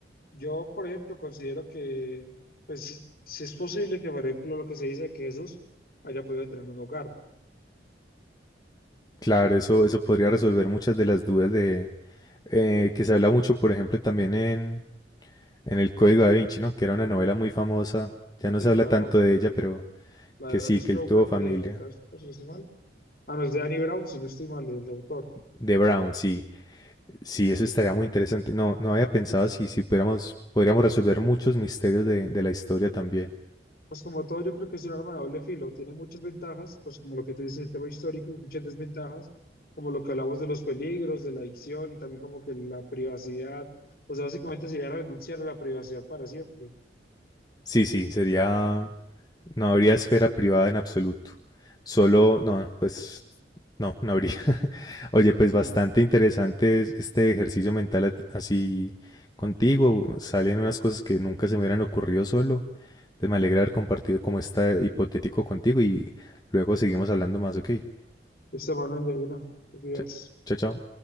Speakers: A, on the left; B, on the left.
A: Yo, por ejemplo, considero que, pues, si, si es posible que, por ejemplo, lo que se dice de que Jesús haya podido tener un hogar.
B: Claro, eso, eso podría resolver muchas de las dudas de eh, que se habla mucho, por ejemplo, también en, en El Código da Vinci, ¿no? Que era una novela muy famosa. Ya no
A: Sí,
B: se habla
A: claro.
B: tanto de ella, pero
A: La
B: que
A: de Bram
B: sí, que
A: Stoker,
B: él tuvo familia.
A: de, de, si no estoy mal. Ah, no, es de Danny Brown, si no estoy mal, el autor.
B: De Brown, sí. Sí, eso estaría muy interesante. No, no había pensado si, si pudiéramos, podríamos resolver muchos misterios de, de la historia también.
A: Pues como todo, yo creo que es un arma de doble filo. Tiene muchas ventajas, pues como lo que tú dices, el tema histórico, y muchas desventajas, como lo que hablamos de los peligros, de la adicción y también como que la privacidad. O sea, básicamente sería renunciar a la privacidad para siempre.
B: Sí, sí, sería No habría esfera privada en absoluto. Solo, no, pues no, no habría. <laughs> Oye, pues
A: Sí,
B: bastante
A: nada,
B: interesante es- este ejercicio mental a- así contigo. Salen unas cosas que nunca se me hubieran ocurrido solo. Entonces me alegra haber compartido como está hipotético contigo y luego seguimos hablando más, ¿ok?
A: esta mano de una, te cuidas.
B: Ch- Chao, chao.